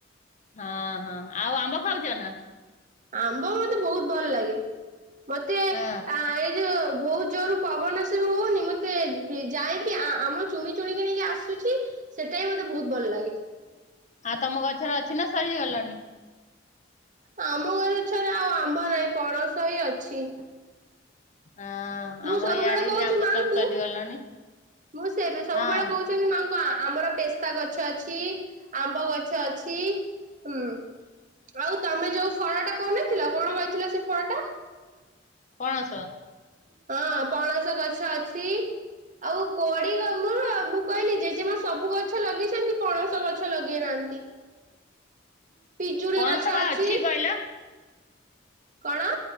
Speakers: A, on the left; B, on the right.
A: ହଁ ହଁ ଆଉ ଆମ୍ବ ଖାଉଛ ନା?
B: ଆମ୍ବ ମତେ ବହୁତ ଭଲ ଲାଗେ ମତେ
A: ହଁ
B: ଏଇ ଯୋଉ ବୋଉତ ଜୋର ପବନ ସିନୁ ହଉନି ମତେ ଯାଇକି ଆମ ଚୁଣି ଚୁଣିକି ନେଇକି ଆସୁଛି। ସେଟା ବି ମତେ ବହୁତ ଭଲ ଲାଗେ।
A: ଆ ତମ ଗଛରେ ଅଛି ନା ସରି ଗଲଣି?
B: ଆମ ଗଛ ରେ ଆଉ ଆମ୍ବ ନାହିଁ ପଣସ ହିଁ ଅଛି।
A: ହଁ
B: ମୁଁ
A: ଆମ
B: ସବୁବେଳେ
A: ଇଆଡେ
B: କହୁଛି
A: ବି ଆମ୍ବ
B: ମାଙ୍କୁ
A: ସବୁ ସରିଗଲାଣି
B: ମୁଁ ସେବେ ସବୁବେଳେ
A: ହଁ
B: କହୁ ମା ଙ୍କୁ ଆମର ପେସ୍ତାଗଛ ଅଛି ଆମ୍ବଗଛ ଅଛି। ହୁଁ ଆଉ ତମେ ଯୋଉ ଫଳଟା କହୁ ନଥିଲ କଣ କହିଥିଲ ସେଫଳଟା?
A: ପଣସ।
B: ହଁ ପଣସ ଗଛ ଅଛି। ଆଉ କୋଡି <unintelligible> ମୁଁ କହିଲି ଜେଜେମା ସବୁ ଗଛ ଲଗେଇଛନ୍ତି ପଣସ ଗଛ ଲଗେଇନାହାନ୍ତି। <inaudible> ପିଜୁଳି
A: ପଣସ
B: ଗଛ
A: ବା
B: ଅଛି
A: କହିଲ
B: କଣ?